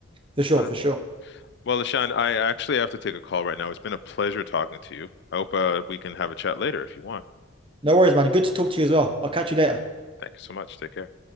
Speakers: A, on the right; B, on the left.
A: For sure,
B: I don't,
A: for sure.
B: well, LaShawn, I actually have to take a call right now. It's been a pleasure talking to you. I hope uh, we can have a chat later if you want.
A: No worries, man. Good to talk to you as well. I'll catch you later.
B: Thank you so much. Take care.